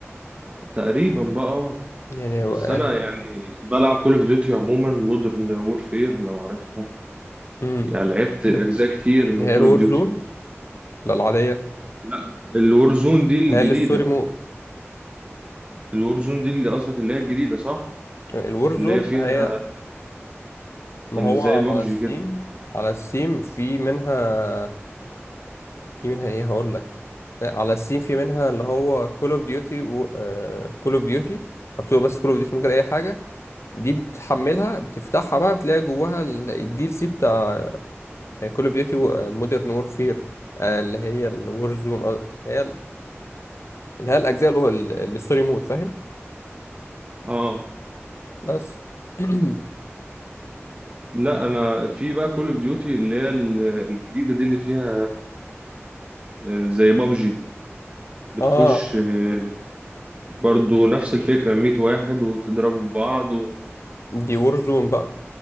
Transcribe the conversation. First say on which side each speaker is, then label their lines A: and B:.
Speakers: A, on the right (about 25°); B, on the left (about 70°).
A: تقريبا بقى آه.
B: يعني
A: بس
B: يعني
A: أنا يعني بلعب كول اوف ديوتي عموما مودرن وورفير لو عارفها
B: امم
A: يعني لعبت
B: مم.
A: أجزاء كتير من
B: هي
A: كول
B: الور
A: اوف ديوتي
B: زون لا العادية
A: لا الور زون دي الجديدة
B: لا هي الستوري مود
A: الور زون دي اللي قصدك اللي هي الجديدة صح؟
B: الور
A: اللي
B: زون
A: هي فيها
B: ما هي ما
A: اللي
B: هو
A: زي بابجي
B: على السيم
A: كده
B: على السيم في منها في منها ايه هقول لك آه، على السيم في منها اللي هو كول اوف ديوتي و كول اوف ديوتي مكتوب بس كول اوف ديوتي من غير اي حاجة دي بتحملها بتفتحها بقى بتلاقي جواها الدي ال سي بتاع كول اوف ديوتي مودرن وورفير اللي هي الور زون اللي هي اللي هي الاجزاء اللي هو ال- الستوري مود فاهم
A: اه
B: بس <clears throat>
A: لا انا في بقى كول اوف ديوتي اللي هي ال- الجديده دي اللي فيها آه، زي بابجي بتخش
B: اه
A: آه، برضو نفس الفكره 100 واحد وتضربوا في بعض و...
B: دي وور زون بقى